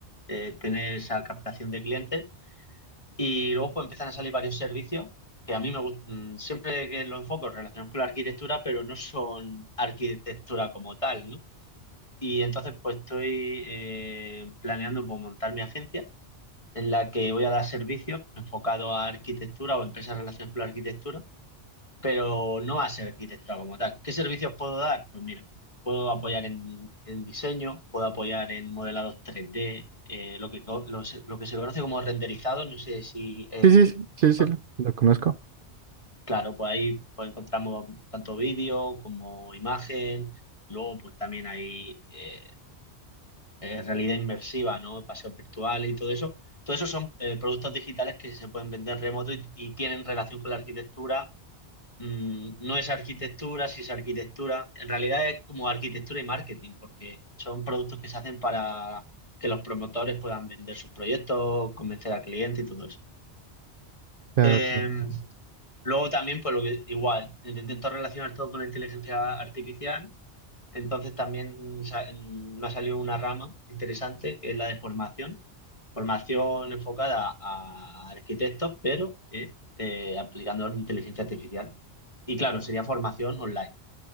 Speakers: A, on the left (about 30°); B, on the right (about 55°).
A: eh, tener esa captación de clientes. Y luego pues empiezan a salir varios servicios que a mí me gustan, siempre que lo enfoco relacionados con la arquitectura, pero no son arquitectura como tal, ¿no? Y entonces pues estoy eh, planeando pues, montar mi agencia en la que voy a dar servicio enfocado a arquitectura o empresas relacionadas con la arquitectura, pero no a ser arquitectura como tal. ¿Qué servicios puedo dar? Pues mira, puedo apoyar en, en diseño, puedo apoyar en modelados 3D, eh, lo que, co- lo, se- lo que se conoce como renderizado, no sé si... eh,
B: Sí, sí, sí, sí, sí,
A: por-
B: lo, lo conozco.
A: claro, pues ahí pues encontramos tanto vídeo como imagen, luego pues también hay... eh, eh, realidad inmersiva, ¿no? Paseos virtuales y todo eso. Todo eso son eh, productos digitales que se pueden vender remoto y, y tienen relación con la arquitectura. Mm, no es arquitectura, sí es arquitectura. En realidad es como arquitectura y marketing, porque son productos que se hacen para que los promotores puedan vender sus proyectos, convencer al cliente y todo eso.
B: Claro,
A: Eh,
B: claro,
A: luego también, pues lo que igual, intento relacionar todo con la inteligencia artificial entonces también sa- me ha salido una rama interesante que es la de formación. Formación enfocada a arquitectos, pero eh, eh, aplicando la inteligencia artificial. Y claro, sería formación online,